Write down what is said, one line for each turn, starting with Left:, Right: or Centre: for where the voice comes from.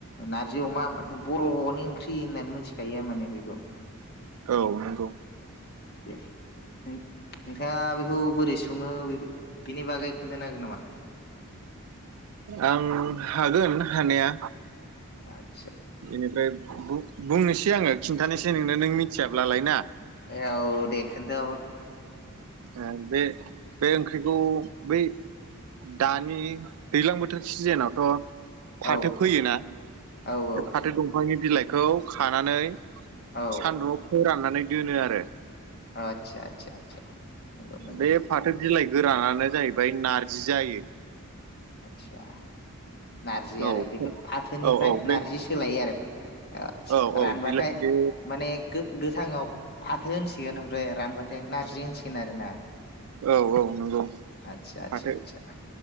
Left: नारजि अमा होनबाथाय बर' नि ओंख्रि होननानै मिथिखायो माने बेखौ
Right: औ नंगौ।
Left: दे नों नोंथाङा बेखौ बोरै सङो बे बिनि बागै खोन्थानो हागोन नामा।
Right: आं हागोन हानाया।
Left: <inaudible>
Right: बेनिफ्राय बुहुथ बुंनोसै आङो खिन्थानोसै नोंनो नों मिथियाब्लालाय ना।
Left: ए औ दे खोनथा हर।
Right: ओ बे बे ओंख्रिखौ बै दानि दैज्लां बोथोर सिजोनावथ' फाथो
Left: औ
Right: फोयोना।
Left: औ औ
Right: बे फाथो दंफांनि बिलाइखौ खानानै
Left: औ
Right: सान्दुंआव फोराननानै दोनो आरो।
Left: आदसा आदसा आदसा नंगौ नंगौ
Right: बे फाथो बिलाय गोरानानो जाहैबाय नारजि जायो।
Left: आदसा नारजि
Right: औ
Left: आरो बेखौ फाथोनिफ्राय
Right: औ औ बे
Left: नार्जि सोलायो आरो। आदसा
Right: औ औ
Left: रानबाथाय
Right: बिलाइ बे
Left: माने गो-गोथांआव फाथो होनसिगोन ओमफ्राय रानबा ओमफ्राय नारजि होनसिगोन आरो ना?
Right: औ औ। नंगौ
Left: आतसा आसा-आसा
Right: फाथो